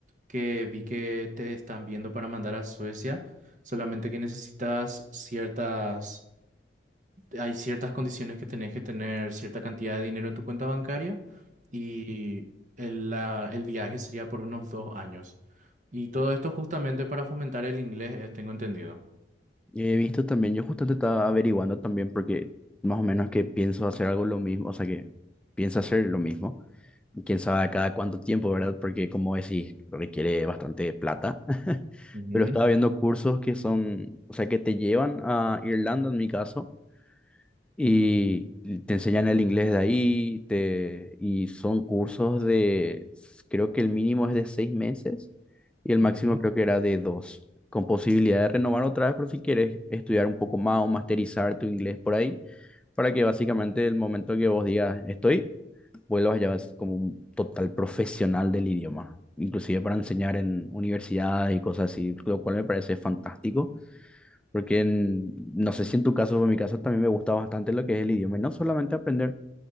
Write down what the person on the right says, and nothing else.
que vi que te están viendo para mandar a Suecia, solamente que necesitas ciertas, hay ciertas condiciones que tenés que tener cierta cantidad de dinero en tu cuenta bancaria y el, la- el viaje sería por unos dos años. Y todo
esto justamente para fomentar el inglés, eh, tengo entendido.
Ujú,
ujú,